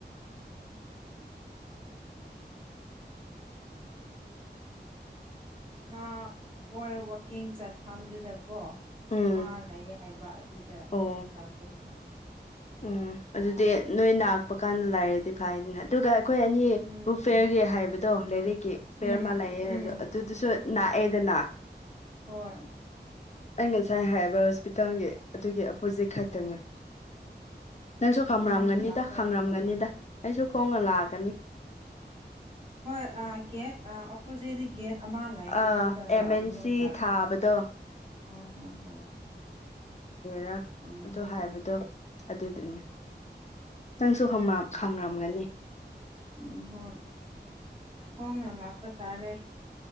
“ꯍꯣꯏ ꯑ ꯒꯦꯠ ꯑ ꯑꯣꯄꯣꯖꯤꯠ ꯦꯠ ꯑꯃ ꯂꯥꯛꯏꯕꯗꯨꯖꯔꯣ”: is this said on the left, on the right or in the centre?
Right